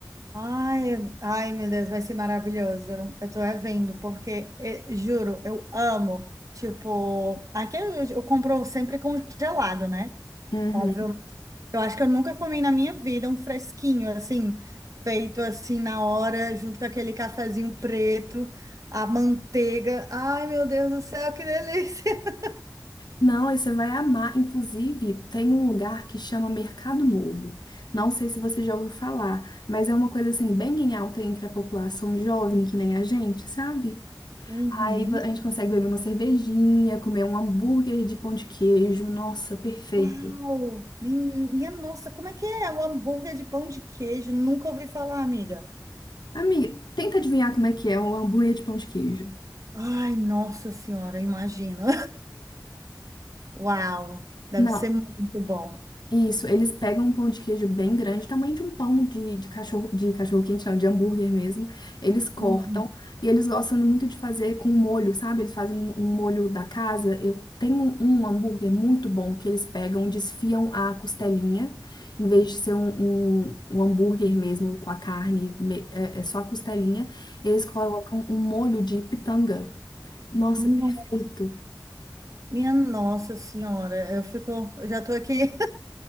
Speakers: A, on the right; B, on the left.
A: Ai, ai, meu Deus, vai ser maravilhoso. Eu tô é vendo, porque, eh, juro, eu amo. Tipo, aqui eu, eu compro sempre congelado, né?
B: Uhum.
A: Óbvio. Eu acho que eu nunca comi na minha vida um fresquinho, assim, feito assim na hora, junto com aquele cafezinho preto, a manteiga. Ai, meu Deus do céu, que delícia! <laughs>
B: Não, aí você vai amar. Inclusive, tem um lugar que chama Mercado Novo. Não sei se você já ouviu falar, mas é uma coisa assim bem em alta entre a população jovem, que nem a gente, sabe?
A: Uhum.
B: Aí vo- a gente consegue beber uma cervejinha, comer um hambúrguer de pão de queijo. Nossa, perfeito.
A: Uau! Minha nossa, como é que é? O hambúrguer de pão de queijo? Nunca ouvi falar, amiga.
B: Amiga, tenta adivinhar como é que é o hambúrguer de pão de queijo.
A: Ai, nossa senhora, imagina. <laughs> Uau! Deve
B: Não,
A: ser muito bom.
B: Isso, eles pegam um pão de queijo bem grande, tamanho de um pão de, de cachorro, de cachorro quente, não, de hambúrguer mesmo. Eles cortam
A: Uhum.
B: e eles gostam muito de fazer com molho, sabe? Eles fazem um, um molho da casa. Eu tenho um, um hambúrguer muito bom que eles pegam, desfiam a costelinha, em vez de ser um, um, um hambúrguer mesmo com a carne, me- é, é só a costelinha. Eles colocam um molho de pitanga. Nossa,
A: Nossa.
B: perfeito.
A: Minha nossa senhora, eu fico, eu já tô aqui